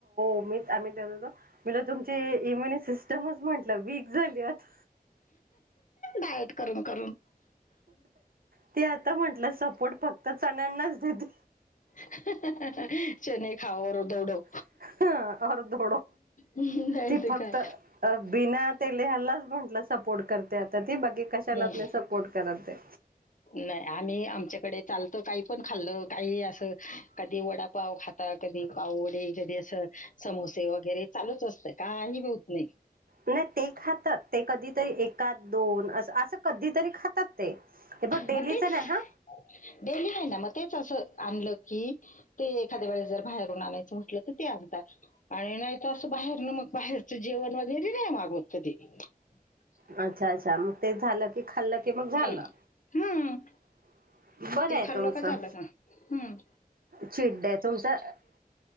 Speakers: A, on the right; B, on the left.
A: <unintelligible> मला तुमची इम्युन सिस्टमच म्हटलं वीक झाली. आता
B: डाएट करून करून
A: ते आता म्हंटलं सपोर्ट फक्त चण्यांनाच देते.
B: <unintelligible> चणे खाओ और दौडों.
A: <unintelligible> और दौडो.
B: नाही
A: ती
B: ते
A: फक्त
B: काय
A: बिना तेले <unintelligible> करते आता ती बाकी कशालाच
B: हम
A: नाही सपोर्ट करत ते.
B: नाही आम्ही आमच्याकडे चालत काही पण खाल्लं काही, असं कधी वडापाव खाताय कधी पाव वडे कधी असं समोसे वगैरे चालूच, असतं काही बी होत नाही.
A: नाही ते खातात, ते कधी? ते एकात दोन अस, असं कधी तरी खातात, ते हे ब डेलीच
B: मग तेच
A: नाही ह
B: डेली नाही, ना मग तेच असं आणलं, की ते एखाद्या वेळेस जर बाहेर <unintelligible> ते आणतात. आणि नाही तर, असं बाहेरन बाहेरचं जेवणं वगैरे <unintelligible>
A: अच्छा अच्छा! मग तेच झालं. की खाल्लं की मग झालं.
B: हा हम्म!
A: <inaudible>
B: ते
A: आहे
B: खाल्लं
A: तुमचं
B: का झालं, काम हम्म!
A: चीट डे तुमचं